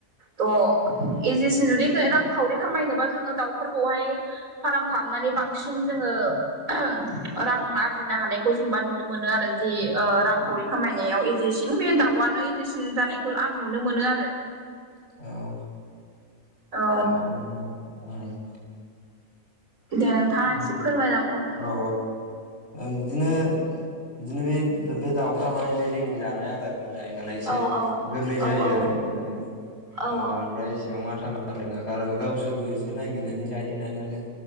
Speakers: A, on the right (about 65°); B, on the left (about 45°).
A: थ' इजिसिन जुदि रांखावरि खामायनोबा जोङो दाउफोरखौहाय फाराम खालामनानै बांसिन जोङो <unintelligible> ओहोम रां आरजिनो हानायखौ जेनेबा नुनो मोनो आरो जि ओ रांखावरि खामायनायाव एजेसिन बे दाउआनो एजेसिन जानायखौ आं नुनो मोनो आरो
B: औ <unintelligible>
A: औ
B: <unintelligible>
A: दे नोंथाङा एसे फोरमायलांहरदो
B: औ बिदिनो बिदिनो बे बे दाउफ्रा माने बे जोंनि जानाय आदार जायो नालाइसे
A: औ औ
B: गोरलै
A: औ
B: जायो
A: औ
B: आरो बिदिनो
A: औ
B: बांद्राय इसेबां माथा मा बारलायना गार गावसोरबो एसे नागिरनानै जायो जानायालाय